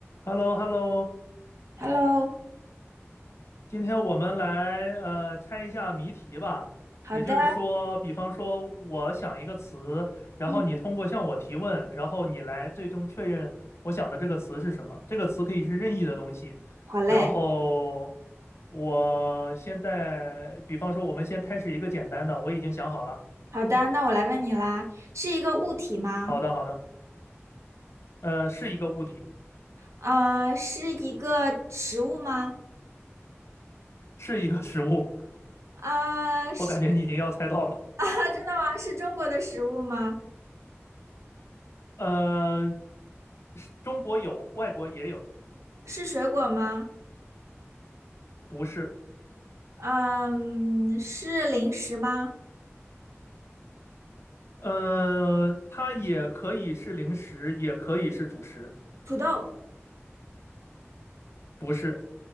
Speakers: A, on the left (about 70°); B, on the right (about 85°).
A: h e l l o h e l l o
B: Hello，
A: 今天我们来呃猜一下谜题吧。
B: 好的，
A: 也就是说，比方说我想一个词，然后你通过向我提问，
B: 嗯，
A: 然后你来最终确认我想的这个词是什么。这个词可以是任意的东西。
B: 好嘞，
A: 然后我现在，比方说我们先开始一个简单的，我已经想好了。
B: 好的，那我来问你啦，是一个物体吗？
A: 好的，好的，呃，是一个物体，
B: 呃，是一个食物吗？
A: 是一个食物。
B: 呃，
A: <laughs>
B: 是，
A: 我感觉你已经要猜到了。
B: <laughs> 真的吗？是中国的食物吗？
A: 呃，是中国有，外国也有，
B: 是水果吗？
A: 不是。
B: 嗯，是零食吗？
A: 呃，它也可以是零食，也可以是主食，
B: 土豆，
A: 不是